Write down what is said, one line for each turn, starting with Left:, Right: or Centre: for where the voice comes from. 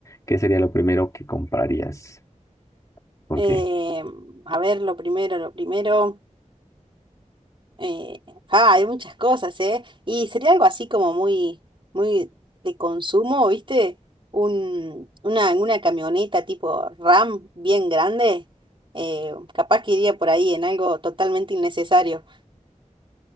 Left: ¿qué sería lo primero que comprarías? ¿Por
Right: Eh,
Left: qué?
Right: a ver, lo primero, lo primero. eh, ah, hay muchas cosas, ¿eh? Y sería algo así como muy, muy de consumo, ¿viste? Un, una, una camioneta tipo RAM bien grande. eh, capaz que iría por ahí en algo totalmente innecesario.